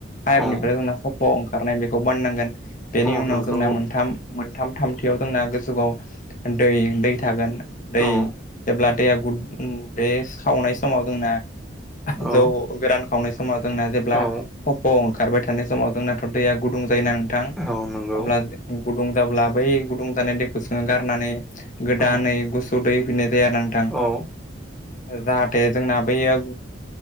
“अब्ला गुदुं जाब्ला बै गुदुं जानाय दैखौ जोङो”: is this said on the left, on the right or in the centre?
Left